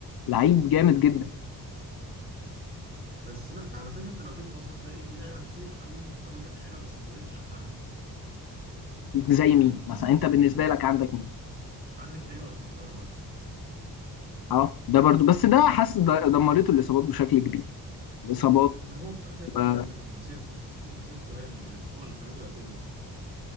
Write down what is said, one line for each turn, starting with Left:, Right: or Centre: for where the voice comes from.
Left: لعيب جامد جدا
Right: بس لا على فكره انت لو جيت بصيت تلاقي في لعيبه كتير قوي قوي كانت حلوه بس ما خدتش حقها
Left: زي
Right: يعني
Left: مين مثلا انت بالنسبه
Right: ع-
Left: لك عندك مين
Right: عندك تياجو الكانتارا مثلا
Left: اه ده برضو بس ده حاسس د- دمرته الاصابات بشكل كبير الاصابات
Right: لا ده هو في اخر
Left: و...
Right: اخر مسيرته في اخر مسيرته هي ال- الاصابه اللي خلته يعتزل